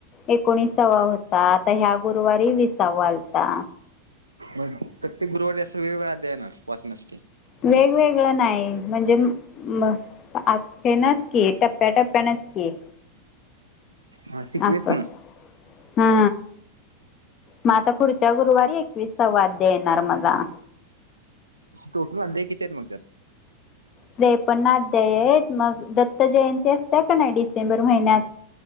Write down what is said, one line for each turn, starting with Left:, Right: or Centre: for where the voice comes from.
Left: एकोणिसावा होता आता ह्या गुरुवारी विसावा आलता.
Right: मग प्रत्येक गुरवारी अस वेगवेगळा अध्याय येणार वाचण्यासाठी.
Left: वेगवेगळं नाही म्हणजे म अ हेनच की टप्प्या टप्प्यानच की.
Right: हा शिकवेच
Left: अस
Right: ना
Left: हा. मग आता पुढच्या गुरुवारी एकवीसावा अध्याय येणार मला.
Right: टोटल अध्याय किती आहेत मग त्यात.
Left: त्रेपन्न अध्याय आहेत मग दत्त जयंती असत्या का नाही डिसेंबर महिन्यात